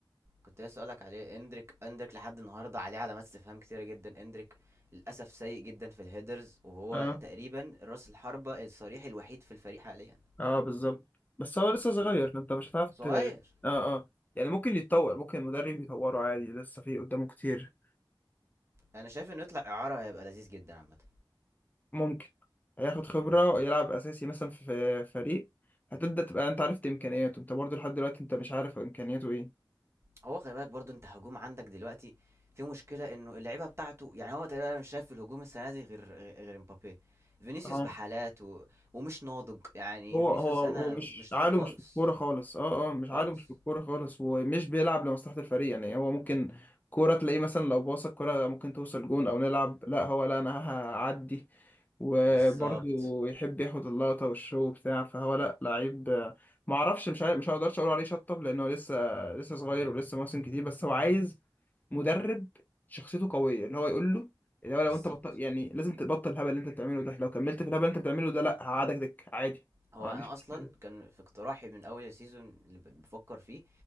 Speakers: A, on the right; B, on the left.
A: كنت لسه اقولك عليه اندريك اندريك لحد النهارده عليه علامات استفهام كتيرة جدا اندريك للاسف سيء جدا في الهيدرز وهو
B: اه
A: تقريبا راس الحربة الصريح الوحيد في الفريق حاليا
B: اه بالظبط بس هو لسه صغير
A: هو
B: فانت مش هتعرف
A: صغير
B: ت... اه اه يعني ممكن يتطور ممكن المدرب يطوره عادي لسه في قدامه كتير
A: انا شايف انه يطلع اعارة هيبقى لذيذ جدا عامة
B: ممكن هياخد خبرة
A: مم.
B: يلعب أساسي مثلا في فريق هتبدأ تبقى أنت عرفت إمكانياته أنت برضو لحد دلوقتي أنت مش عارف إمكانياته إيه
A: هو خلي بالك برضو انت هجوم عندك دلوقتي في مشكلة انه اللعيبة بتاعته يعني هو تقريبا مش شايف في الهجوم السنة دي غير غير مبابي فينيسيوس
B: اه
A: بحالات و... ومش ناضج يعني
B: هو
A: فينيسيوس
B: هو هو
A: انا
B: مش
A: مش
B: عقله
A: ناضج خالص
B: مش في الكورة خالص اه اه مش
A: خالص
B: عقله مش في الكورة خالص ومش بيلعب لمصلحة الفريق يعني هو ممكن كورة تلاقيه مثلا لو باص الكورة ممكن توصل جون او نلعب لا هو لا انا هعدي وبرضه
A: بالظبط
B: يحب ياخد اللقطة والشو بتاع فهو لا لعيب آه، معرفش مش عارف مش هقدرش اقول عليه شطب لانه لسه لسه صغير ولسه مواسم كتير بس هو عايز مدرب شخصيته قويه اللي هو يقول له اللي هو لو
A: بالظبط
B: انت بطل يعني لازم تبطل الهبل اللي انت بتعمله ده لو كملت في الهبل اللي انت بتعمله ده لا هقعدك دك عادي
A: هو
B: ما عنديش
A: انا اصلا
B: مشكله
A: كان في اقتراحي من اول السيزون اللي ب- بفكر فيه